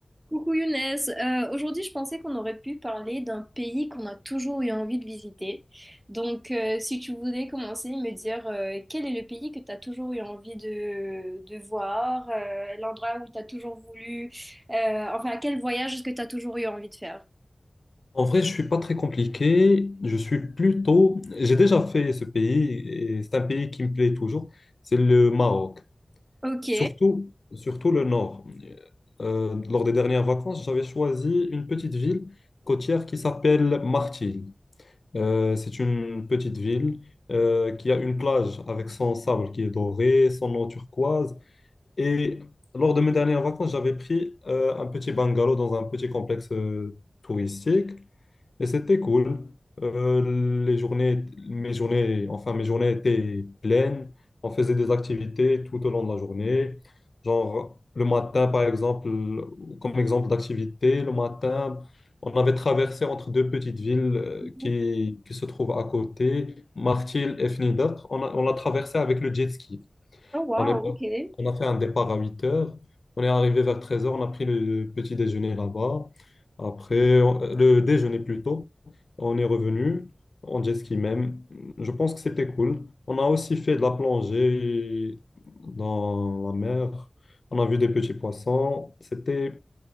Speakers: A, on the right (about 15°); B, on the left (about 70°).
A: Coucou Younes, Euh, aujourd'hui je pensais qu'on aurait pu parler d'un pays qu'on a toujours eu envie de visiter. Donc euh, si tu voulais commencer, me dire euh, quel est le pays que tu as toujours eu envie de, de voir, euh, l'endroit où tu as toujours voulu, euh, enfin quel voyage est-ce que tu as toujours eu envie de faire?
B: En vrai, je suis pas très compliqué. Je suis plutôt. J'ai déjà fait ce pays et c'est un pays qui me plaît toujours. C'est le Maroc.
A: Ok.
B: Surtout, surtout le nord. Euh, lors des dernières vacances, j'avais choisi une petite ville côtière qui s'appelle Martil. Euh, c'est une petite ville euh, qui a une plage avec son sable qui est doré, son eau turquoise. Et lors de mes dernières vacances, j'avais pris euh, un petit bungalow dans un petit complexe euh, touristique. Et c'était cool. Euh, les journées, mes journées, enfin mes journées étaient pleines. On faisait des activités tout au long de la journée. Genre le matin, par exemple, comme exemple d'activité, le matin, on avait traversé entre deux petites villes euh,
A: Mhm.
B: qui, qui se trouvent à côté, Martil et Fnidat. On a- on l'a traversé avec le jet ski.
A: Oh wow,
B: On est,
A: ok.
B: on a fait un départ à 8 heures. On est arrivé vers treize heures on a pris le petit déjeuner là-bas. Après, on- le déjeuner plutôt. On est revenu en jet ski même. Je pense que c'était cool. On a aussi fait de la plongée dans la mer. On a vu des petits poissons. C'était